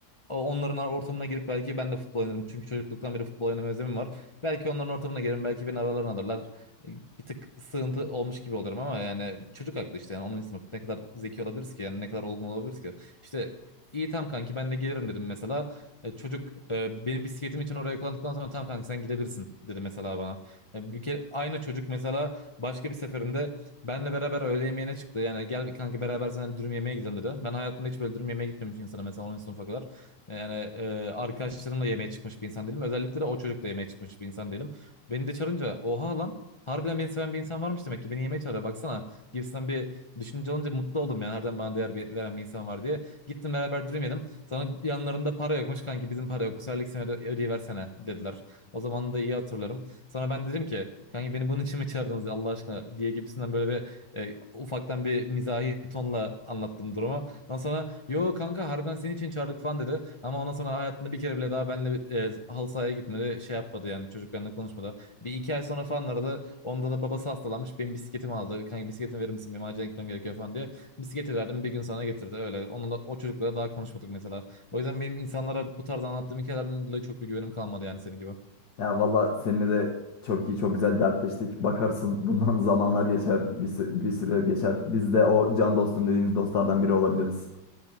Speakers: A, on the left; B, on the left.
A: o- onların ortamına girip belki ben de futbol oynarım. Çünkü çocukluktan beri futbol oynama özlemim var. Belki onların ortamına girerim, belki beni aralarına alırlar. E, Bir tık sığıntı olmuş gibi olurum ama yani çocuk aklı işte yani onun sınıf ne kadar zeki olabiliriz ki yani ne kadar olgun olabiliriz ki. İşte iyi tam kanki ben de gelirim dedim mesela. E, çocuk e, benim bisikletim için oraya kullandıktan sonra tamam kanka sen gidebilirsin dedi mesela bana. Ya bir kere aynı çocuk mesela başka bir seferinde benle beraber öğle yemeğine çıktı. Yani gel kanka beraber sen dürüm yemeğe gidelim dedi. Ben hayatımda hiç böyle dürüm yemeğe gitmemiş insana mesela 10. sınıfa kadar. E, Yani e, arkadaşlarımla yemeğe çıkmış bir insan değilim. Özellikle de o çocukla yemeğe çıkmış bir insan değilim. Beni de çağırınca oha lan harbiden beni seven bir insan varmış demek ki beni yemeğe çağırıyor baksana gibisinden bir düşünce olunca mutlu oldum yani harbiden bana değer bir, veren bir insan var diye. Gittim beraber dürüm yedim. Sonra yanlarında para yokmuş kanki bizim para yok. Bu seferlik sene öde- ödeyiversene dediler. O zaman da iyi hatırlarım. Sonra ben dedim ki kanki beni bunun için mi çağırdınız ya Allah aşkına diye gibisinden böyle bir e, ufaktan bir mizahi tonla anlattım durumu. Ondan sonra yo kanka harbiden senin için çağırdık falan dedi. Ama ondan sonra hayatında bir kere bile daha benimle bir, e, halı sahaya gitmedi. Şey yapmadı yani çocuk benimle konuşmadı. Bir iki ay sonra falan aradı. Onda da babası hastalanmış. Benim bisikletimi aldı. Kanka bisikletimi verir misin? Benim acilen gitmem gerekiyor falan diye. Bisikleti verdim bir gün sana getirdi öyle. Onunla, o çocukla daha konuşmadık mesela. O yüzden benim insanlara bu tarz anlattığım hikayelerden dolayı çok bir güvenim kalmadı yani senin gibi.
B: ya valla seninle de çok iyi çok güzel dertleştik. Bakarsın bundan <laughs> zamanlar geçer bir, sü- bir süre geçer. Biz de o can dostum dediğimiz dostlardan biri olabiliriz.